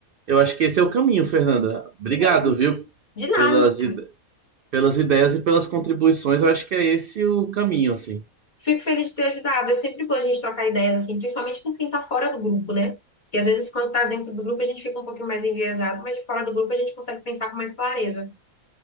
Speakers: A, on the right (about 75°); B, on the left (about 45°).
A: eu acho que esse é o caminho, Fernanda. Obrigado,
B: Exatamente.
A: viu,
B: De nada,
A: pelas
B: Matheus.
A: ide- pelas ideias e pelas contribuições. Eu acho que é esse o caminho, assim.
B: Fico feliz de ter ajudado. É sempre bom a gente trocar ideias, assim, principalmente com quem tá fora do grupo, né? Porque às vezes quando tá dentro do grupo a gente fica um pouquinho mais enviesado, mas de fora do grupo a gente consegue pensar com mais clareza.